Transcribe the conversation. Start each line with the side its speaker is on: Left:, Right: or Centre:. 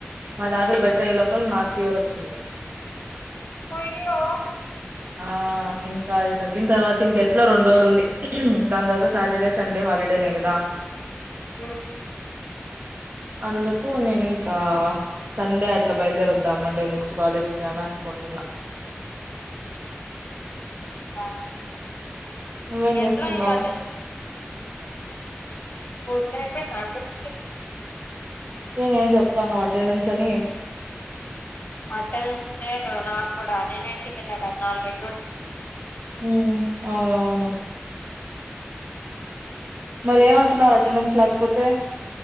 Right: మా దాతకి బెటర్ అయ్యే లోపల నాకు ఫివర్ వచ్చింది
Left: కొయ్యో
Right: ఆ ఇంకా అది తగ్గిన తర్వాత ఇంకెట్లా రెండు రోజులు ఉంది దాని తర్వాత సాటర్డే సండే హాలిడేనే కదా
Left: ఉ
Right: అందుకు నేను ఇంకా సండే అట్లా బయలుదేరద్దాం మండే నుంచి కాలేజ్కి అని అనుకుంటున్నా
Left: ఆ
Right: నువ్వేం
Left: ఎట్లా
Right: చేస్తున్నావు
Left: ఇంగ అటన్ ఊర్కనే పోయ్ చెప్
Right: ఎ నేను చెప్తాన్నావ్ అటెండెన్స్ అని
Left: అటెనెస్ లేదు నాకు కూడా నేనేంటికెళ్ళా కదా నాలుగైదు రోజ్
Right: ఊ అవును మరి ఏమంటున్నారు
Left: అందుకే
Right: అటెండెన్స్ లేకపోతే